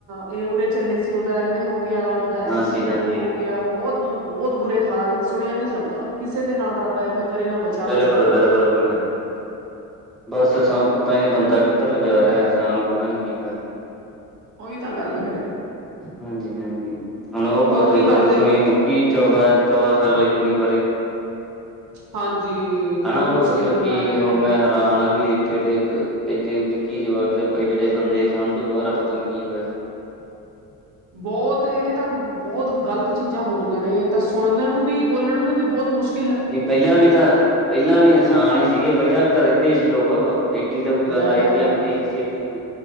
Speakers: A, on the right (about 55°); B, in the centre.
A: ਇਹ ਉਰੇ ਚੱਲੇ ਸੀ, ਉਹਦਾ ਐਵੇਂ ਹੋ ਗਿਆ। ਉਹਦਾ ਐਕਸੀਡੈਂਟ
B: ਹਾਂਜੀ ਹਾਂਜੀ
A: ਕਿਆ ਬਹੁਤ-ਬਹੁਤ ਬੁਰੇ ਹਾਲ, ਸੁਣਿਆ ਨੀ ਜਾਂਦਾ। ਕਿਸੇ ਦੇ ਨਾਲ ਰੱਬ ਐਵੇਂ ਕਰੇ ਨਾ। ਬਚਾਵੇ
B: ਬਿਲਕੁਲ
A: ਸਾਰਿਆਂ
B: ਬਿਲਕੁਲ
A: ਨੂੰ
B: ਭੈਣੇ, ਬਸ ਸਾਂਨ ਪਤਾ ਈ ਨੀ, ਬੰਦਾ ਕਿੱਧਰ ਨੂੰ ਜਾ ਰਿਹਾ। ਇਨਸਾਨ ਨੂੰ ਪਤਾ ਨੀ ਕੀ ਹੋਇਆ।
A: ਓਈ ਤਾਂ ਗੱਲ ਫਿਰ
B: ਹਾਂਜੀ, ਭੈਣ ਜੀ। ਹੁਣ ਉਹ ਬ
A: ਹੋਰ
B: ਤੁਹੀ
A: ਕੀ ਕਰਦੇ
B: ਖ਼ਬਰ ਸੁਣੀ ਹੀ, ਕੀ ਚੌਦਾਂ-ਚੌਦਾਂ ਸਾਲਾਂ ਦੀ ਕੁੜੀ ਬਾਰੇ।
A: ਹਾਂਜੀ। ਬਹੁਤ
B: ਹਨਾ। ਉਹ
A: ਮੁਸ਼ਕਿਲ
B: ਦੱਸੋ
A: ਗੱਲਾਂ
B: ਕਿ
A: ਨੇ
B: ਉਹ ਮੈਂ ਹਾਂ ਹਣਾ ਵੀ ਇੱਥੇ ਡੇ, ਏਡੇ ਨਿੱਕੀ ਜਵਾਕੜੀ, ਇਡੇ-ਇਡੇ ਬੰਦੇ ਸਮਝੋ ਬਾਰ ਆ। ਪਤਾ ਨੀ ਕੀ ਹੋਇਆ <inaudible>
A: ਬਹੁਤ, ਇਹ ਤਾਂ ਬਹੁਤ ਗ਼ਲਤ ਚੀਜ਼ਾਂ ਹੋ ਰ‌ਹੀਆਂ ਨੇ। ਇਹ ਤਾਂ ਸੁਣਨ ਨੂੰ ਵੀ, ਬੋਲਣ ਨੂੰ ਵੀ, ਬਹੁਤ ਮੁਸ਼
B: ਵੀ ਪਹਿਲਾਂ ਵੀ ਤਾਂ, ਪਹਿਲਾਂ ਵੀ ਇਨਸਾਨ ਈ ਸੀਗੇ। ਪਹਿਲਾਂ ਵੀ ਤਾਂ ਰਹਿੰਦੇ ਈ ਸੀ ਲੋਕ ੲੈਡੀ ਤਾਂ ਕੋਈ
A: ਲੈ
B: ਗੱਲ ਆਈਦੀਆ ਹੁੰਦੀਆਂ ਈ ਨੀ ਸੀ ਐਡੀਆਂ।